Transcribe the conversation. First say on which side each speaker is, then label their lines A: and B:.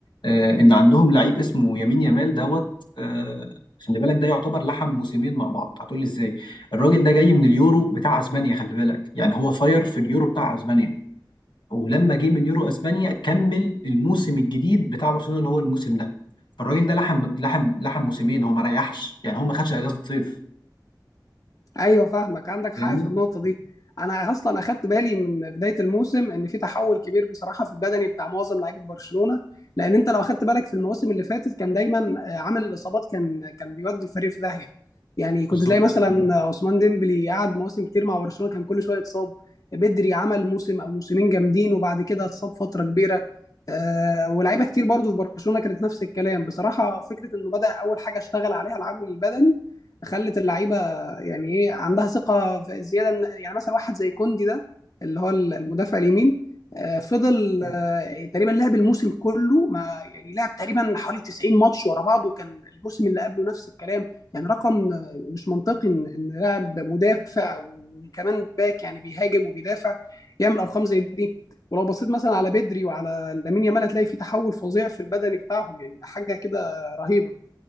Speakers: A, on the left (about 85°); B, on the left (about 50°).
A: آه، ان عندهم لعيب اسمه يمين يامال دوت آه، خلي بالك ده يعتبر لحم موسمين مع بعض هتقول لي ازاي الراجل ده جاي من اليورو بتاع اسبانيا خلي بالك يعني هو فاير في اليورو بتاع اسبانيا ولما جه من يورو اسبانيا كمل الموسم الجديد بتاع برشلونة اللي هو الموسم ده فالراجل ده لحم لحم لحم موسمين هو ما ريحش يعني هو ما خدش اجازة صيف
B: ايوه فاهمك عندك
A: فاهمني
B: حق في النقطه دي انا اصلا اخدت بالي من بدايه الموسم ان في تحول كبير بصراحه في البدني بتاع معظم لعيبه برشلونه لان انت لو اخدت بالك في المواسم اللي فاتت كان دايما آه، عامل الاصابات كان كان بيودي الفريق في داهيه يعني كنت
A: بالظبط
B: تلاقي مثلا عثمان ديمبلي قعد مواسم كتير مع برشلونه كان كل شويه اتصاب بدري عمل موسم او موسمين جامدين وبعد كده اتصاب فتره كبيره آه ولاعيبه كتير برضو في برشلونه كانت نفس الكلام بصراحه فكره انه بدا اول حاجه اشتغل عليها العامل البدني خلت اللعيبه يعني ايه عندها ثقه في- زياده من- يعني مثلا واحد زي كوندي ده اللي هو المدافع اليمين آه، فضل آه، تقريبا لعب الموسم كله ما يعني لعب تقريبا حوالي 90 ماتش ورا بعض وكان الموسم اللي قبله نفس الكلام يعني رقم آه، مش منطقي ان إن لاعب مدافع وكمان باك يعني بيهاجم وبيدافع يعمل ارقام زي دي ولو بصيت مثلا على بدري وعلى لامين يامال هتلاقي في تحول فظيع في البدني بتاعهم يعني حاجه كده رهيبه